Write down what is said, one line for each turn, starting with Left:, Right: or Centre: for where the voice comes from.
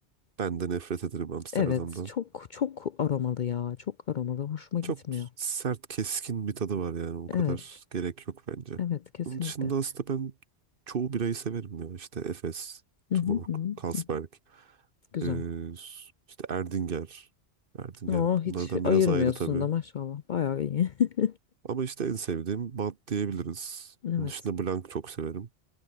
Right: Ben de nefret ederim Amsterdam'dan.
Left: Evet, çok çok aromalı ya. Çok aromalı. Hoşuma gitmiyor.
Right: Çok sert, keskin bir tadı var yani. O
Left: Evet.
Right: kadar gerek yok bence.
Left: Evet kesinlikle.
Right: Onun dışında aslında ben çoğu birayı severim ya. İşte Efes,
Left: Hı
Right: Tuborg,
Left: hı hı.
Right: Carlsberg,
Left: hı. Güzel.
Right: ee, işte Erdinger. Erdinger
Left: O hiç
Right: bunlardan
Left: ayırmıyorsun
Right: biraz ayrı tabii.
Left: da maşallah. Bayağı iyi. <laughs>
Right: Ama işte en sevdiğim bat diyebiliriz.
Left: Evet.
Right: Onun dışında Blanc çok severim.